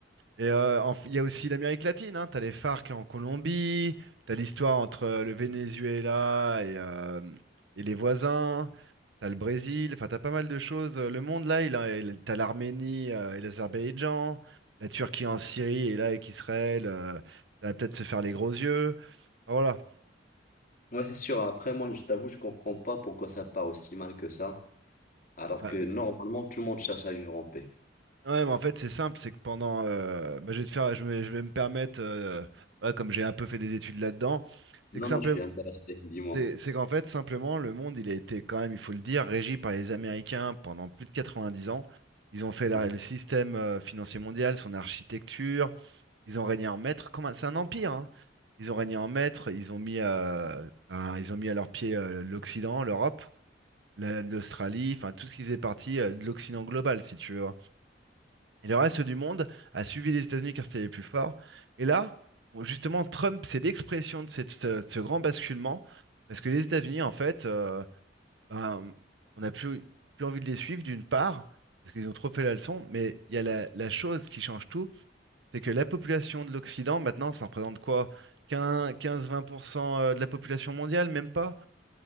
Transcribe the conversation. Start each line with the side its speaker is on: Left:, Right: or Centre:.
Right: Et euh, en- il y a aussi l'Amérique latine, hein. T'as les FARC en Colombie, t'as l'histoire entre euh, le Venezuela et, euh, et les voisins, t'as le Brésil, enfin t'as pas mal de choses. Le monde là, il a, il- t'as l'Arménie euh, et l'Azerbaïdjan, la Turquie en Syrie et là avec Israël, euh, ça va peut-être se faire les gros yeux. Enfin, voilà.
Left: Ouais, c'est sûr. Après, moi, je t'avoue, je comprends pas pourquoi ça part aussi mal que ça, alors
Right: Bah,
Left: que normalement, tout le monde cherche à vivre en paix.
Right: ouais, mais en fait c'est simple, c'est que pendant, euh, bah, je vais te faire, je vais, je vais me permettre, euh, voilà, comme j'ai un peu fait des études là-dedans, c'est
Left: Non,
Right: que simplement,
Left: non, je suis intéressé, dis-moi.
Right: C'est c'est qu'en fait, simplement, le monde, il a été quand même, il faut le dire, régi par les Américains pendant plus de 90 ans. Ils ont fait la-
Left: Mhm.
Right: le système euh, financier mondial, son architecture. Ils ont régné en maître. Comme un- C'est un empire, hein. Ils ont régné en maître. Ils ont mis, euh, ben, ils ont mis à leurs pieds euh, l'Occident, l'Europe, la- l'Australie, enfin tout ce qui faisait partie euh, de l'Occident global, si tu veux. Et le reste du monde a suivi les États-Unis car c'était les plus forts. Et là, bon, justement, Trump, c'est l'expression de cette- ce, ce grand basculement, parce que les États-Unis, en fait, euh, ben, on n'a plus, plus envie de les suivre, d'une part, parce qu'ils ont trop fait la leçon, mais il y a la, la chose qui change tout, c'est que la population de l'Occident, maintenant, ça représente quoi? 15-20% de la population mondiale, même pas?